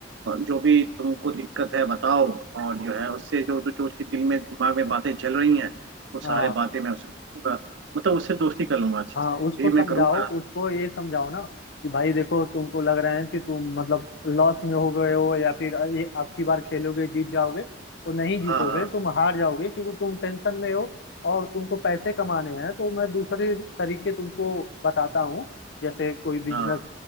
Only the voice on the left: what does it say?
हाँ
हाँ
उसको समझाओ
उसको ये समझाओ ना कि भाई देखो तुमको लग रहा है कि तुम मतलब लॉस में हो गए हो या फिर ये अब की बार खेलोगे जीत जाओगे तो नहीं जीतोगे
तुम हार जाओगे क्योंकि तुम टेंशन में हो और तुमको पैसे कमाने हैं तो मैं दूसरे तरीके तुमको बताता हूँ जैसे कोई बिजनेस